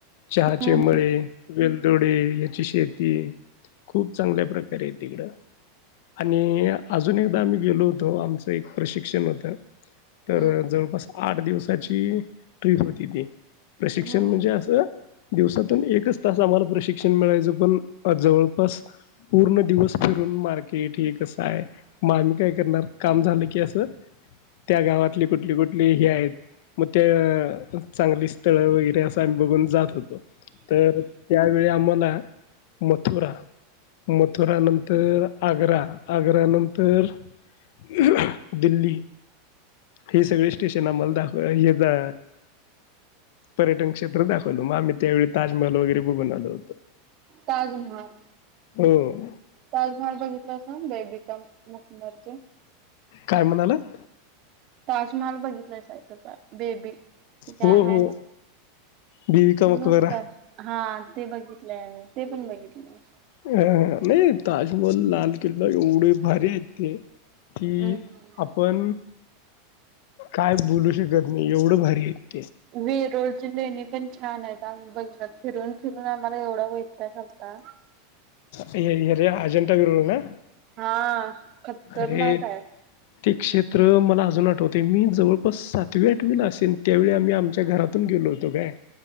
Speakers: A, on the left; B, on the right.
A: चहाचे
B: हम्म
A: मळे, वेलदोडे याची शेती. खूप चांगल्या प्रकारे आहे तिकडं आणि अजून एकदा आम्ही गेलो होतो आमचं एक प्रशिक्षण होतं. तर
B: हम्म
A: जवळपास आठ दिवसाची. ट्रीप होती ती प्रशिक्षण
B: हम्म.
A: म्हणजे असं दिवसातून एकच तास आम्हाला प्रशिक्षण मिळायचं पण जवळपास पूर्ण दिवस फिरून मार्के की ठीक कसं आहे मग आम्ही काय करणार काम झालं की असं त्या गावातली कुठली कुठली हे आहेत म ते अं चांगली स्थळं वगैरे असं आम्ही बघून जात हो तो तर त्यावेळी आम्हाला मथुरा मथुरा नंतर आग्रा, आग्रा नंतर <unintelligible> दिल्ली. ही सगळी स्टेशन आम्हाल दाखव हे जा पर्यटन क्षेत्र दाखवलं. म आम्ही त्यावेळी ताजमहल वगैरे बघून आलो होतो.
B: ताजमहल,
A: हो
B: ताजमहल बघितलं अस बे गम मुखमरचे
A: काय म्हणालात?
B: ताजमहाल बघितलायसा कसा? बेबी ते काय
A: हो
B: हाय
A: हो
B: ना?
A: बीबी का मकबरा
B: मस्त हाय. हा. ते बघितलंय आमी ते पण बघितलंय.
A: ह ह नाही ताजमहल, लाल किल्ला एवढे भा भारी आहेत ते की
B: हम्म
A: आपण काय बोलू श कत नही एवढं भारी हाय.
B: वेरूळ ची लेणी पण छा छान आहेत आम्ही बघितल्यात फिरून फिरून आम्हाला एवढा वैताग आलता.
A: हे रे अजंठा वेरूळ ना?
B: हा खतरनाक
A: अरे
B: हाय.
A: ते क्षेत्र मला अजून आठवतय मी जवळपास सातवी, आठवी ला असेन त्यावेळी आम्ही आमच्या घरात तून गेलो होतो काय